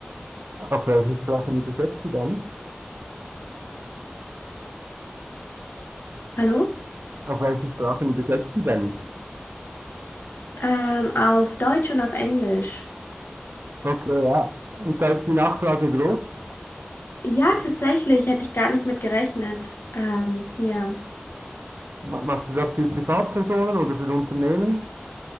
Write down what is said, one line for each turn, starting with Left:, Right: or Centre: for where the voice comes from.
Right: Auf welche Sprachen übersetzt du denn?
Left: Hallo?
Right: Auf welche Sprachen übersetzt du denn?
Left: Ähm, auf Deutsch und auf Englisch.
Right: Okay, ja. Und da ist die Nachfrage groß.
Left: Ja, tatsächlich, hätte ich gar nicht mit gerechnet. Ähm, ja.
Right: Ma- Machst du das für Privatpersonen oder für Unternehmen?